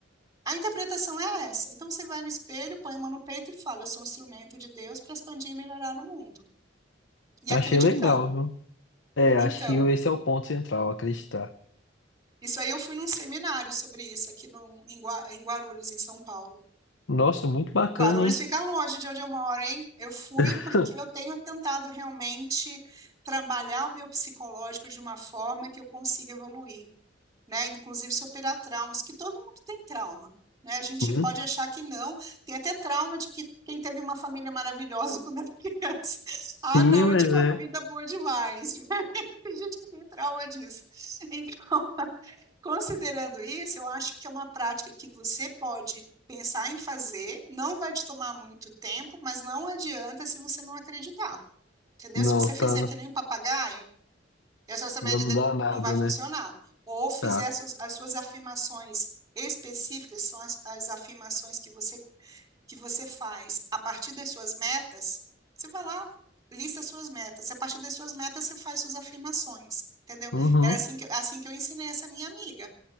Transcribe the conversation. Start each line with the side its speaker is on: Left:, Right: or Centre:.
Right: a interpretação é essa. Então você vai no espelho, põe a mão no peito e fala: Eu sou um instrumento de Deus para expandir e melhorar o mundo. E
Left: achei
Right: acreditando.
Left: legal, viu? É,
Right: Então,
Left: acho que esse é o ponto central, acreditar.
Right: isso aí eu fui num seminário sobre isso aqui no, em Guarulhos, em São Paulo.
Left: Nossa, muito bacana,
Right: E Guarulhos
Left: hein?
Right: fica longe de onde eu moro, hein? Eu fui
Left: <laughs>
Right: porque eu tenho tentado realmente trabalhar o meu psicológico de uma forma que eu consiga evoluir, né? Inclusive superar traumas, que todo mundo tem trauma, né? A gente
Left: Sim,
Right: pode achar que não, tem até trauma de que quem teve uma família maravilhosa <laughs> quando era criança. <laughs>
Left: sim,
Right: Ah, não,
Left: mas
Right: eu tive uma
Left: é.
Right: vida boa demais. <laughs> Tem gente que tem trauma disso. Então, Considerando isso, eu acho que é uma prática que você pode pensar em fazer, não vai te tomar muito tempo, mas não adianta se você não acreditar, entendeu?
Left: Não,
Right: Se você
Left: tá.
Right: fizer que nem um papagaio, e a sua
Left: Não
Right: média
Left: vai mudar
Right: de-
Left: nada,
Right: não vai funcionar.
Left: né?
Right: Ou fizer
Left: Tá.
Right: as suas, as suas afirmações específicas, são as, as afirmações que você, que você faz a partir das suas metas, você vai lá, lista as suas metas, e a partir das suas metas você faz suas afirmações, entendeu?
Left: Uhum.
Right: Era assim que, assim que eu ensinei essa minha amiga.